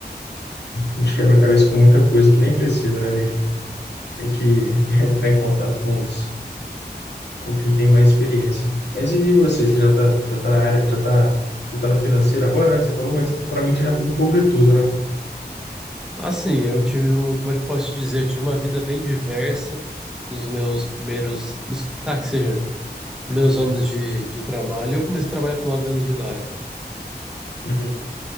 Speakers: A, on the left; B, in the centre.
A: a gente quebra a cabeça com muita coisa que nem precisa, né? A gente tem que <laughs> entrar em contato com os com quem tem mais experiência. Mas e você? Você já tá, já tá na área, já tá, já tá no financeiro agora, né? Que você falou, mas você provavelmente já fez um pouco de tudo, né?
B: Assim, eu tive, um, como é que eu posso te dizer? Eu tive uma vida bem diversa nos meus primeiros, nos, tá, que seja, meus anos de, de trabalho. Eu comecei a trabalhar com 9 anos de idade.
A: Uhum.